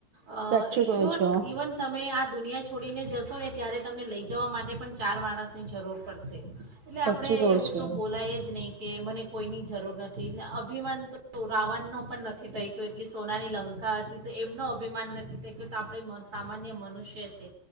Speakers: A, on the right; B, on the right.
A: અ
B: સાચું
A: એટલે
B: કહો
A: જો
B: છો
A: ઇવન તમે આ દુનિયા છોડીને જશો ને. ત્યારે તમને લઈ જવા માટે. તે માટે પણ ચાર માણસની જરૂર પડશે. એટલે
B: સાચું
A: આપણે
B: કહો
A: એવું
B: છો.
A: તો બોલાય જ નહીં કે કે મને કોઈની જરૂર નથી ને અભિમાન તો રાવણનો પણ નથી થઈ ગયો એટલી સોનાની લંકા હતી તો એમનો અભિમાન નથી થઈ ગયો તો આપણે સામાન્ય મનુષ્ય છે,